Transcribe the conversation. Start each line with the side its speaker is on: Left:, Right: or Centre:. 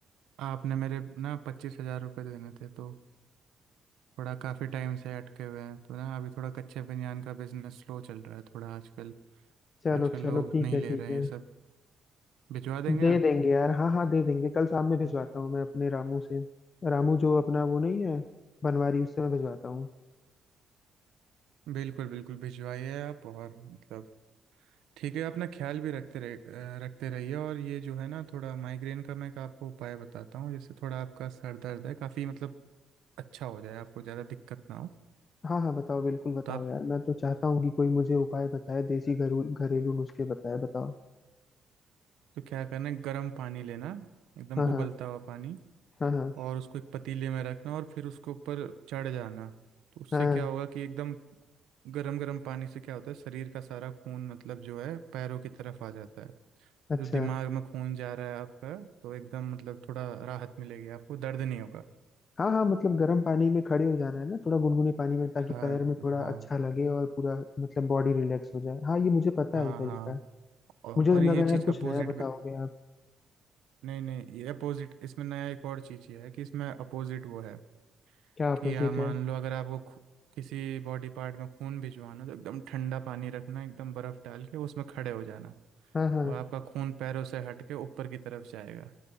Right: आपने मेरे ना पच्चीस हजार रुपये देने थे तो थोड़ा काफ़ी टाइम से अटके हुए हैं तो ना अभी थोड़ा कच्चे बनियान का बिजनेस स्लो चल रहा है थोड़ा आजकल
Left: चलो
Right: आजकल
Left: चलो
Right: लोग
Left: ठीक
Right: नहीं
Left: है
Right: ले
Left: ठीक
Right: रहे हैं
Left: है
Right: ये सब भिजवा देंगे
Left: दे
Right: आप
Left: देंगे यार हाँ हाँ दे देंगे कल शाम में भिजवाता
Right: हाँ।
Left: हूँ मैं अपने रामू से रामू जो अपना वो नहीं है बनवारी उससे मैं भिजवाता हूँ
Right: बिल्कुल बिल्कुल भिजवाइए आप और मतलब ठीक है अपना ख्याल भी रखते रह अ, रखते रहिए और ये जो है ना थोड़ा माइग्रेन का मैं एक आपको उपाय बताता हूँ जैसे थोड़ा आपका सर दर्द है काफ़ी मतलब अच्छा हो जाए आपको ज़्यादा दिक्कत ना हो
Left: हाँ हाँ बताओ बिल्कुल बताओ
Right: तो आप
Left: यार मैं तो चाहता हूँ कि कोई मुझे उपाय बताए देसी घरू घरेलू नुस्खे बताए बताओ
Right: तो क्या करना है गर्म पानी लेना एकदम
Left: हाँ हाँ
Right: उबलता हुआ पानी
Left: हाँ हाँ
Right: और उसको एक पतीले में रखना और फिर उसके ऊपर चढ़ जाना तो उससे
Left: हाँ
Right: क्या होगा कि एकदम गरम गरम पानी से क्या होता है शरीर का सारा खून मतलब जो है पैरों की तरफ आ जाता है
Left: अच्छा
Right: जो दिमाग में खून जा रहा है आपका तो एकदम मतलब थोड़ा राहत मिलेगी आपको दर्द नहीं होगा
Left: हाँ हाँ मतलब गर्म पानी में खड़े हो जाना है ना थोड़ा गुनगुने पानी में ताकि
Right: हाँ
Left: पैर में थोड़ा
Right: हाँ
Left: अच्छा लगे और पूरा मतलब बॉडी रिलैक्स हो जाए हाँ ये मुझे पता
Right: हाँ
Left: है ये तरीका
Right: हाँ औ-
Left: मुझे
Right: और
Left: तो
Right: ये
Left: लगा
Right: चीज
Left: यार कुछ
Right: अपोजिट
Left: नया बताओगे
Right: भी
Left: आप
Right: नहीं नहीं ये अपोजिट इसमें नया एक और चीज ये है कि इसमें अपोजिट वो है
Left: क्या अपोजिट
Right: कि आ, मान
Left: है
Right: लो अगर आपको खू- किसी बॉडी पार्ट में खून भिजवाना तो एकदम ठंडा पानी रखना एकदम बर्फ डाल के उसमें खड़े हो जाना
Left: हाँ हाँ
Right: तो आपका खून पैरों से हट के ऊपर की तरफ जाएगा